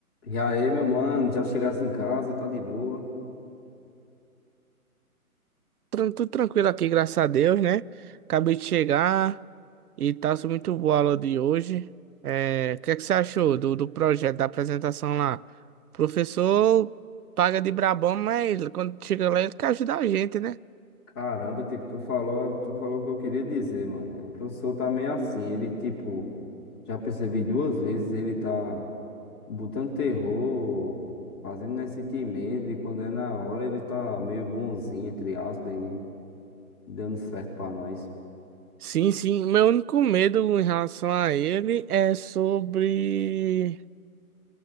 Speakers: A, on the left (about 15°); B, on the right (about 80°).
A: E aí, meu mano, já chegasse em casa, tá de boa.
B: Tran- Tudo tranquilo aqui, graças a Deus, né? Acabei de chegar e tá sendo muito boa a aula de hoje. É, o que é que você achou do, do projeto, da apresentação lá? O professor paga de brabão, mas ele- quando chega lá ele quer ajudar a gente, né?
A: Caramba, tipo, tu falou, tu falou o que eu queria dizer, mano. O professor tá meio assim, ele, tipo, já percebi duas vezes, ele tá botando terror, fazendo nós sentir medo, e quando é na hora ele tá meio bonzinho, entre aspas, e dando certo pra nós.
B: Sim, sim. Meu único medo em relação a ele é sobre